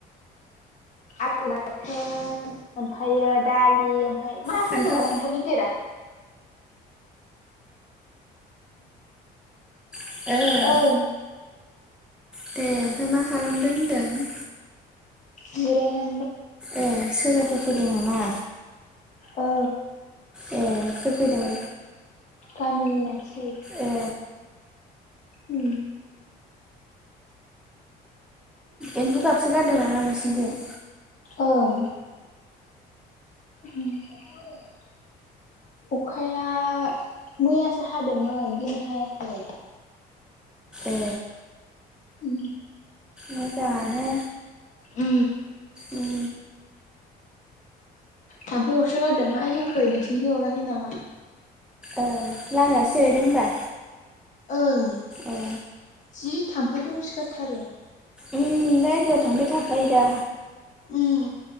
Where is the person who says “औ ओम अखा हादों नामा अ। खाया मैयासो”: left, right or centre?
Left